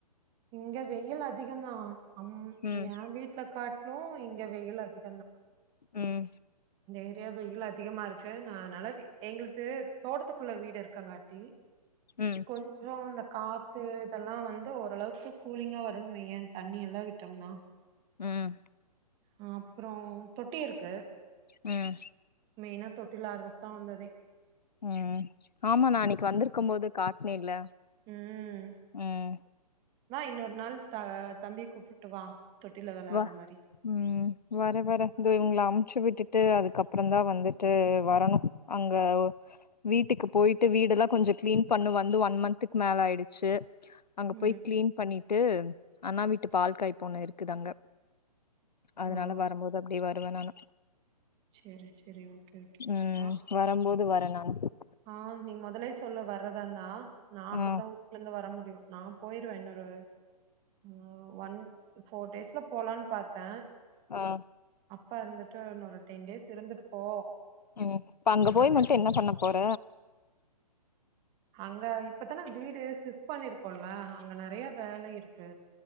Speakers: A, on the right (about 25°); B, on the left (about 80°).
A: இங்க வெயில் அதிகந்தா அம்
B: ம்
A: யே வீட்ல காட் னோ இங்க வெயில் அதிக்
B: ம்
A: இந்த ஏரியா வெயில் அதிகமாருக்கு நா அதனால வீ எங்ளுக்கு தோட்டத்துக்குள்ள வீடு இருக்காங் காட் டி
B: ம்
A: கொஞ்சோ இந்த காத்து இதெல்லா வந்த் து ஓரளவுக்கு கூலிங்கா வருன்னுவையேன் இந் தண்ணி எல்லாம் விட் டம்னா
B: ம்
A: ஹா அப்புறோ தொட்டி இருக்கு
B: ம்
A: மெய்னா தொட்டில் ஆட்றப்போதா வந்து அதே
B: ம் ஆம்மா நா அன்னைக் வந்திருக்கும் போது காட்டுனேன்ல
A: ம்
B: ம்
A: வா இன்னொரு நாள் த தம்பி கூப்புட்டு வா தொட்டில வெளாடுற
B: வ
A: மாரி
B: ம் வர வர தோ இவுங்ள அம்ச்சு விட்டு ட்டு அதுக்கப்றோ தா வந்துட்டு வரணு அங்க வீட்டுக்கு போயிட்டு வீடெலா கொஞ்சோ கிளீன் பண்ணணு வந்து ஒன் மந்த்துக்கு மேல ஆயிடுச்சு அங்க
A: ம்
B: போய் கிளீன் பண்ணிட்டு அண்ணா வீட்டு பால் காய் பூன இருக் தங்க அதனால
A: ஓ
B: வரும்போது அப்படியே வருவேன் நானு
A: சேரி சேரி ஓகே ஓகே
B: ம்
A: வா
B: <unintelligible>
A: ஆ நீ மொதலே சொல்ல வர்றதந்தனா நா அப்பத்தா
B: ம்
A: வூட்லேந்து வர முடியு நா போயிருவே இன்னொரு ஆ ஒன் ஃபோர் டேஸ்ல போலான் பாத்தே
B: ஆ
A: அப்பா வந்துட்டு இன்னொரு டென் டேஸ் இருந்துட்டு போ
B: உம் இப்ப அங்க
A: நல்லா
B: போய்
A: ரெஸ்ட்
B: மட்டு என்ன பண்ண போற
A: அங்க இப்பதானே வீடு சிஃட் பண்ணிருக்கோல்ல அங்க நிறைய வேலை இருக்கு